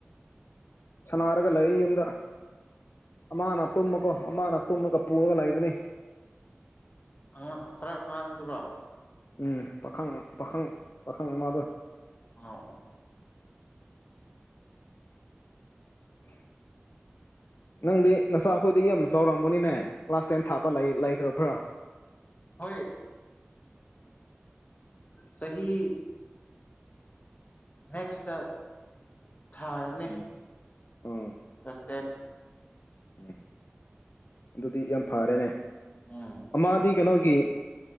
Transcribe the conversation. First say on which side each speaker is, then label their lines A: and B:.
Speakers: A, on the left (about 65°); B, on the left (about 40°).
A: ꯁꯅꯥꯔꯒ ꯂꯩ ꯌꯨꯝꯗ ꯑꯃꯅ ꯇꯨꯝꯃꯀꯣ ꯑꯃꯅ ꯇꯨꯝꯃꯒ ꯄꯨꯔꯒ ꯂꯩꯕꯅꯤ
B: ꯎ ꯈꯔ ꯑꯉꯥꯡꯗꯨꯔꯣ
A: ꯎꯝ ꯄꯥꯈꯪ ꯄꯥꯈꯪ ꯄꯥꯈꯪ ꯑꯃꯗꯣ
B: ꯑꯥ
A: <inaudible> ꯅꯪꯗꯤ ꯅꯆꯥ ꯑꯩꯈꯣꯏꯗꯤ ꯌꯥꯝ ꯆꯥꯎꯔꯝꯒꯅꯤꯅꯦ ꯀ꯭ꯂꯥꯁ ꯇꯦꯟ ꯊꯥꯄ ꯂꯩꯈ꯭ꯔꯕ꯭ꯔꯥ
B: ꯍꯣꯏ ꯆꯍꯤꯍꯤ ꯅꯦꯛꯁꯇ ꯊꯥꯔꯅꯤ
A: ꯎꯝ ꯑꯣ
B: ꯇꯁꯦ
A: ꯎꯝ ꯑꯗꯨꯗꯤ ꯌꯥꯝ ꯐꯔꯦꯅꯦ
B: ꯎꯝ
A: ꯑꯃꯗꯤꯗꯤ ꯀꯩꯅꯣꯒꯤ